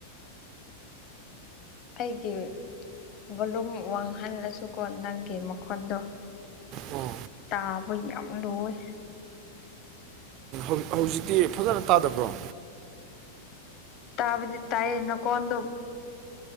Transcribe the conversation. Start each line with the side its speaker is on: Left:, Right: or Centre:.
Left: ꯑꯩꯒꯤ ꯚꯣꯂꯨꯝ ꯋꯥꯡꯍꯜꯂꯁꯨꯀꯣ ꯅꯪꯒꯤ ꯃꯈꯣꯟꯗꯣ꯫
Right: ꯑꯣ
Left: ꯇꯥꯕ ꯌꯥꯝ ꯂꯨꯌꯦ꯫
Right: ꯎꯝ ꯍꯧꯖꯤꯛꯇꯤ ꯐꯖꯅ ꯇꯥꯗꯕ꯭ꯔꯣ꯫
Left: ꯇꯥꯕꯗꯤ ꯇꯥꯏꯌꯦ ꯅꯈꯣꯟꯗꯨ꯫